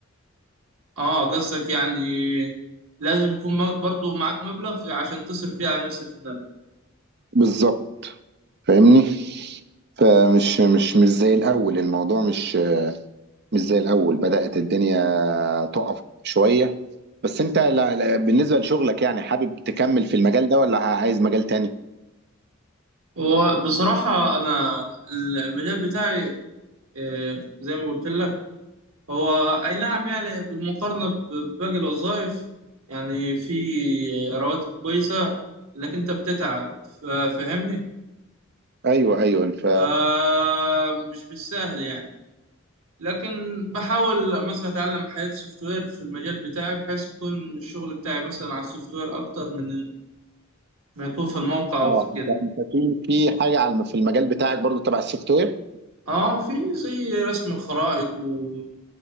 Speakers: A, on the right (about 85°); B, on the right (about 50°).
A: اه قصدك يعني لازم يكون م- برضو معاك مبلغ عشان تصرف فيه على نفسك هناك
B: بالظبط فاهمني فمش مش مش زي الاول الموضوع مش مش زي الاول بدأت الدنيا تقف شويه بس انت لا لا بالنسبه لشغلك يعني حابب تكمل في المجال ده ولا عايز مجال تاني
A: وبصراحة أنا ال- المجال بتاعي آه، زي ما قلت لك هو أي نعم يعني بالمقارنة ب- بباقي الوظائف يعني في رواتب كويسة لكن أنت بتتعب ف- فاهمني
B: ايوه ايوه ف
A: فمش بالسهل يعني لكن بحاول مثلا أتعلم حياة سوفت وير في المجال بتاعي بحيث يكون الشغل بتاعي مثلا على السوفت وير أكتر من ما يكون في الموقع او
B: اه
A: في كده
B: انت انت في في حاجه على في المجال بتاعك برضو تبع السوفت وير
A: اه في زي رسم الخرائط و...